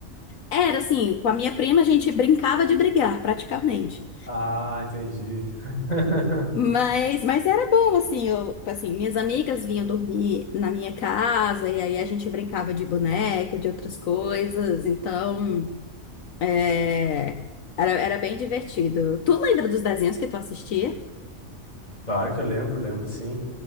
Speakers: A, on the left (about 75°); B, on the left (about 30°).
A: Era assim, com a minha prima a gente brincava de brigar, praticamente.
B: Ah, entendi. <laughs>
A: Mas, mas era bom, assim, eu, assim, minhas amigas vinham dormir na minha casa, e aí a gente brincava de boneca, de outras coisas, então, é, era, era bem divertido. Tu lembra dos desenhos que tu assistia?
B: Claro que eu lembro, lembro sim.